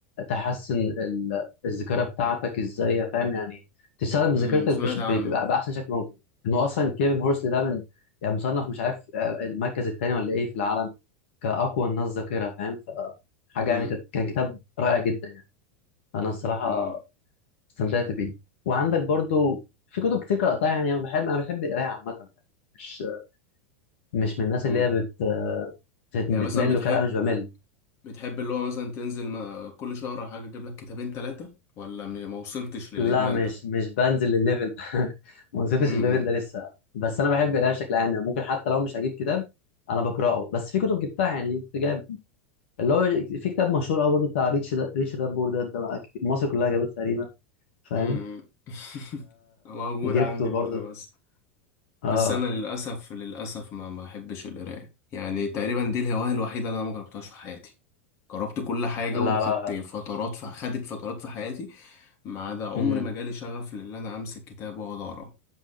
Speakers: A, on the left (about 70°); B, on the left (about 40°).
A: تحسن ال- الذاكره بتاعتك ازاي فاهم يعني تستخدم ذاكرتك
B: امم سمعت
A: بش-
B: عنه
A: ب- ب- باحسن شكل ممكن انه اصلا كيفن هورس ده من يعني مصنف مش عارف المركز الثاني ولا ايه في العالم كاقوى الناس ذاكره فاهم فحاجه
B: امم
A: يعني كانت- كان كتاب رائع جدا يعني فانا الصراحه
B: امم
A: استمتعت بيه وعندك برضو في كتب كتير قرأتها يعني أنا بحب أنا بحب القراية عامة مش مش من الناس
B: امم
A: اللي هي بت بت-
B: يعني
A: بتمل
B: مثلا بتحب
A: وكده لا مش بمل
B: بتحب اللي هو مثلا تنزل ما- كل شهر او حاجة تجيب لك كتابين ثلاثة ولا م- ما وصلتش للإدمان
A: لا مش
B: ده
A: مش بنزل الليفل ده <laughs> ما وصلتش
B: امم
A: الليفل ده لسه بس أنا بحب القراية بشكل عام يعني ممكن حتى لو مش هجيب كتاب أنا بقرأه بس في كتب جبتها يعني كنت جايب اللي هو في كتاب مشهور أوي برضه بتاع ريتش دا ريتش دابور ده ده بقى مصر كلها جابته تقريبا فاهم
B: امم <laughs> موجود
A: فجبته
B: عندي برضه
A: برضه
B: بس
A: اه
B: بس انا للاسف للاسف ما ما احبش القرايه يعني تقريبا دي الهوايه الوحيده اللي انا ما جربتهاش في حياتي جربت كل حاجه
A: لا
B: وخدت
A: لا
B: فترات في خدت فترات في حياتي ما عدا عمري
A: مم.
B: ما جالي شغف لان انا امسك كتاب واقعد اقرا